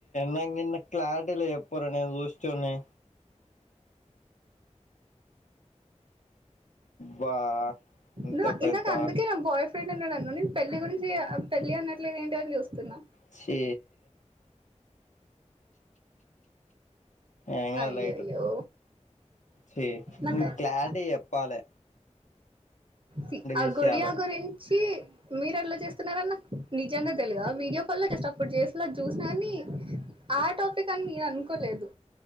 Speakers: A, on the left; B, on the right.
A: నాకు నిన్న క్లారిటీల చెప్పరు నేను చూషెటోడ్ని బా ఇంత
B: నా
A: పెద్ద
B: ఇందాక అందుకే నా బాయ్ ఫ్ ఫ్రెండ్ ఉన్నడన్నవ్ నేను పెళ్లి గురించి అ పెళ్లి అనట్లేవెంటి అని జూస్తున్నా
A: చీ ఏంగాదు
B: అయ్యయ్యో
A: లైట్ చీ
B: నాకు
A: నువ్ క్లారిటీగ చెప్పాలె
B: చి ఆ
A: విషయాలు
B: గుడియా గురించి మీరట్లా చేస్తున్నారని నాకు నిజంగా తెలీదు ఆ వీడియో మళ్ళ చేసేటప్పుడు జస్ట్ ల చూసిన కనీ ఆ టాపిక్ అని నేననుకోలేదు